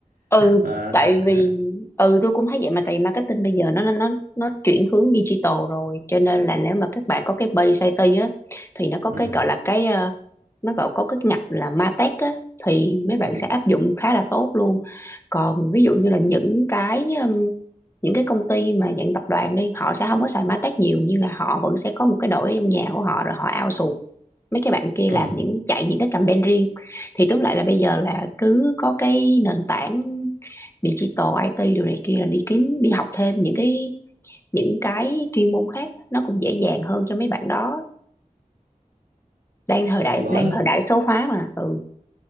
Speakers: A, on the left; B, on the right.
A: ừ
B: Ờ,
A: tại
B: thành
A: vì ừ tôi cũng thấy vậy mà tại vì marketing bây giờ nó nó nó nó chuyển hướng digital rồi cho nên là nếu mà các bạn có cái base IT á thì nó có
B: ừ.
A: cái gọi là cái ờ, nó gọi có cái ngạch là MarTech á thì mấy bạn
B: Ừ.
A: sẽ áp dụng khá là tốt luôn còn ví dụ như là những cái um, những cái công ty mà dạng tập đoàn đi họ sẽ không có xài MarTech nhiều nhưng là họ vẫn sẽ có một cái đội ở trong nhà của họ rồi họ outsource mấy cái bạn kia
B: Ừ.
A: làm những chạy những cái campaign riêng thì tóm lại là bây giờ là cứ có cái nền tảng digital IT đồ này kia là đi kiếm đi học thêm những cái những cái chuyên môn khác nó cũng dễ dàng hơn cho mấy bạn đó đang
B: <laughs>
A: thời đại
B: thì bởi
A: đang thời đại số hóa mà ừ